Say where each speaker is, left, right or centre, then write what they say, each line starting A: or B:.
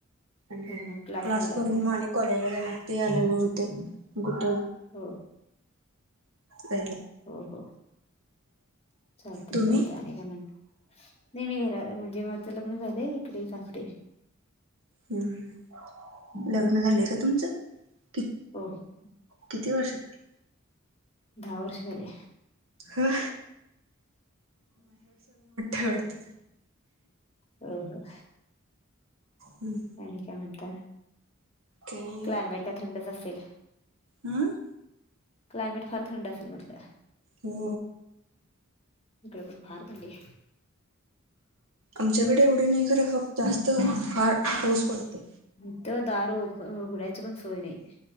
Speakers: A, on the right; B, on the left.
A: आणि
B: हां हां
A: क्लास
B: लावलाय
A: करून
B: काय
A: मग आणि कॉलेजला जायला लागतय यायला वेळ होतय मग कुठ
B: हो
A: जायला
B: हो हो हो. चालतंय
A: तुम्ही
B: चालतंय आणि काय करता नाही मी घरा म्हणजे माझं लग्न झालंय इकडेच आसते.
A: हम्म हम्म
B: हम्म.
A: लग्न झालंय का तुमचं किती?
B: हो हो.
A: किती वर्ष झाली?
B: दहा वर्ष झाली.
A: हा. आहे वाटतं
B: हो हो.
A: हम्म.
B: आणि काय म्हणता
A: काय
B: क्लायमेट काय थंडच असेल.
A: हम.
B: क्लायमेट फार थंड असेल म्हटलं.
A: हो.
B: इकडे पण फार थंडी आहे.
A: आमच्याकडे एवढी नाही खरं फक्त जास्त फार पाऊस पडतय.
B: इथं दार ऊघडायची पण सोय नाही.